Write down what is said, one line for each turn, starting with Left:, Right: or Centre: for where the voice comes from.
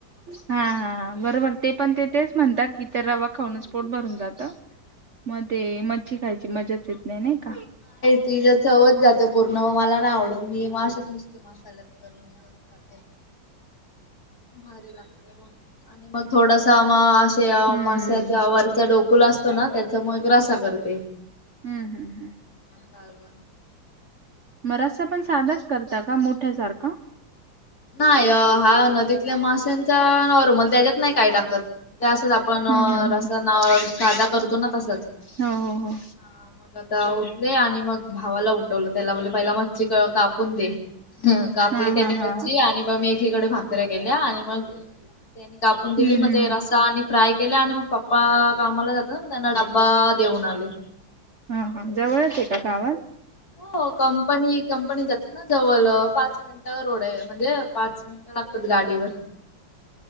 Right: हा हा बरोबर ते पण ते तेच म्हणतात की ते रवा खाऊनच पोट भरून जातं. म ते मच्छी खायची मजाच येत.. नाही नाही का
Left: तु ज चव जात. ते पूर्ण म मला नाही आवडत मी माशीेत नुस्ती मशाल्यात करून खाते. भारी लागते. आणि मग थोडासा मग असे
Right: हम्म
Left: माशच्या वरचा डोक.. ुल असतो ना त्याचा मगरासा करते.
Right: हम्म हम्म हम्म.
Left: कारलबनस..
Right: मग रस्ता पण साधाच करता का मोठ्यासारखा.
Left: नाही अ हा नदीतल्या माश्यांचा नॉर्मल त्याच्यात नाही काय टाकत. त्या असच आपण
Right: हम्म हम्म
Left: रसान
Right: हम्म
Left: साध करतो ना... तसंच.
Right: हो हो हो.
Left: हा मग आता उठले आणि मग भावाला उठवलं त्याला बोलले पहिला मच्छी कळ कापून दे. कापली
Right: हा
Left: त्यांनी
Right: हा हा
Left: मच्ी
Right: हा
Left: आणि मग मी एकीकडे भाकऱ्या केल्या आणि मग... त्यांनी कापून दिली
Right: हम्म
Left: मग
Right: हम्म
Left: ते
Right: हम्म
Left: रसा आणि फ्राय केला आणि मग.. पप्पा कामाला जातात मग त्यांना डब्बा देऊन आले.
Right: हा हा जवळच आहे का गावात.
Left: हो कंपनी कंपनी जातात ना जवळ पाच मिनिटं रड आहे म्हणजे पाच मिनिटं लागत. गाडीवर